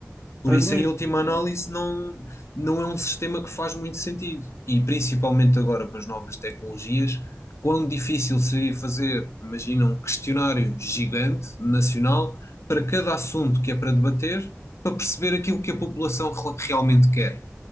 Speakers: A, on the left (about 75°); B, on the right (about 30°).
A: Por
B: para
A: isso,
B: nos
A: em
B: mentir,
A: última análise,
B: né?
A: não, não é um sistema que faz muito sentido. E principalmente agora com as novas tecnologias, quão difícil seria fazer, imagina, um questionário gigante, nacional, para cada assunto que é para debater, para perceber aquilo que a população re- realmente quer